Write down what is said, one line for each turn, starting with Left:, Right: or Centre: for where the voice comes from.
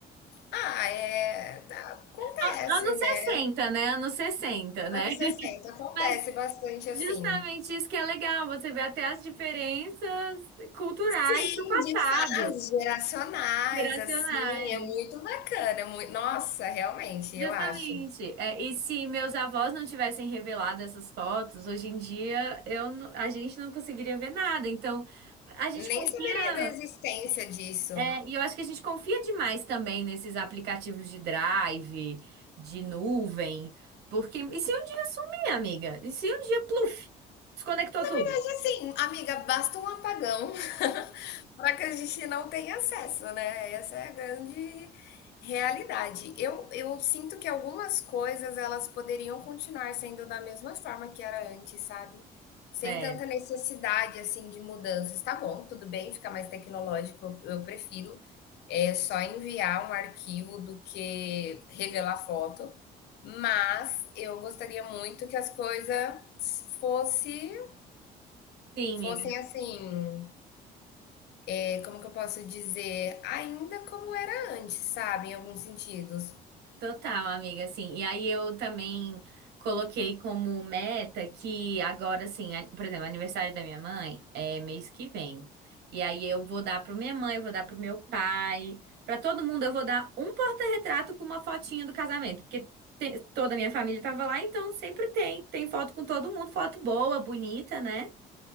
Left: Ah, é. Acontece,
Right: A- Anos 60,
Left: né?
Right: né? Anos 60, né?
Left: Anos
Right: <laughs>
Left: 60, acontece
Right: Mas
Left: bastante assim.
Right: justamente isso que é legal, você vê até as diferenças culturais
Left: Sim,
Right: do passado,
Left: de fases geracionais,
Right: geracionais.
Left: assim, é muito bacana, mui nossa, realmente,
Right: Justamente.
Left: eu acho.
Right: É, e se meus avós não tivessem revelado essas fotos, hoje em dia eu, n- a gente não conseguiria ver nada. Então, a gente
Left: Nem
Right: confia.
Left: saberia da existência disso.
Right: é, e eu acho que a gente confia demais também nesses aplicativos de drive, de nuvem. Porque. E se um dia sumir, amiga? E se um dia, pluf, desconectou tudo?
Left: E assim, amiga, basta um apagão Para que a gente não tenha acesso, né? Essa é a grande realidade. Eu, eu sinto que algumas coisas elas poderiam continuar sendo da mesma forma que era antes, sabe? Sem
Right: É.
Left: tanta necessidade assim de mudanças. Tá bom, tudo bem, fica mais tecnológico. Eu eu prefiro é só enviar um arquivo do que revelar foto, mas eu gostaria muito que as coisas fosse
Right: Sim,
Left: fossem
Right: amiga.
Left: assim é, como que eu posso dizer, ainda como era antes, sabe? Em alguns sentidos.
Right: Total, amiga, assim. E aí eu também coloquei como meta que agora, assim, a- por exemplo, o aniversário da minha mãe é mês que vem. E aí eu vou dar para minha mãe, eu vou dar pro meu pai, para todo mundo eu vou dar um porta-retrato com uma fotinha do casamento, porque tem- toda a minha família tava lá, então sempre tem, tem foto com todo mundo, foto boa, bonita, né?